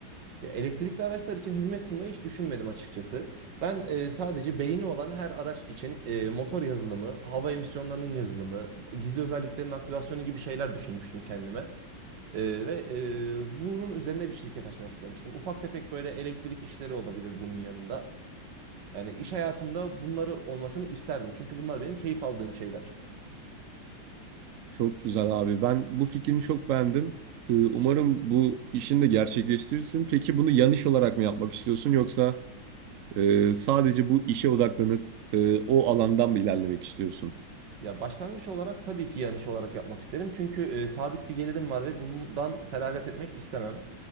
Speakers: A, on the right (about 60°); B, on the right (about 85°).
A: Ya, elektrikli araçlar için hizmet sunmayı hiç düşünmedim açıkçası. Ben e, sadece beyni olan her araç için e, motor yazılımı, hava emisyonlarının yazılımı, gizli özelliklerin aktivasyonu gibi şeyler düşünmüştüm kendime. Ee, ve e, bunun üzerine bir şirket açmak istemiştim. Ufak tefek böyle elektrik işleri olabilir bunun yanında. Yani iş hayatımda bunları olmasını isterdim. Çünkü bunlar benim keyif aldığım şeyler.
B: Çok güzel abi. Ben bu fikrini çok beğendim. E, umarım bu işini de gerçekleştirirsin. Peki bunu yan iş olarak mı yapmak istiyorsun yoksa e, sadece bu işe odaklanıp e, o alandan mı ilerlemek istiyorsun?
A: Ya başlangıç olarak tabii ki yan iş olarak yapmak isterim. Çünkü e, sabit bir gelirim var ve bundan feragat etmek istemem.